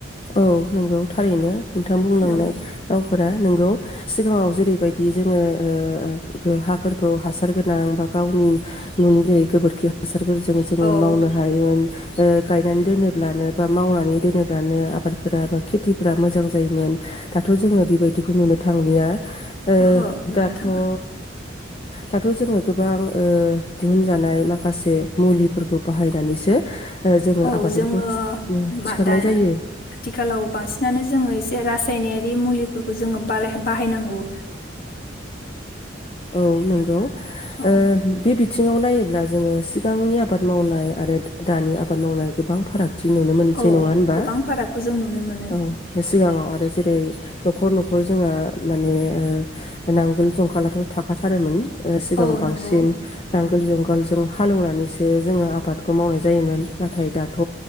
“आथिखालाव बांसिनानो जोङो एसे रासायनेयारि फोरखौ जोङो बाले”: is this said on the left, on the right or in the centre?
Left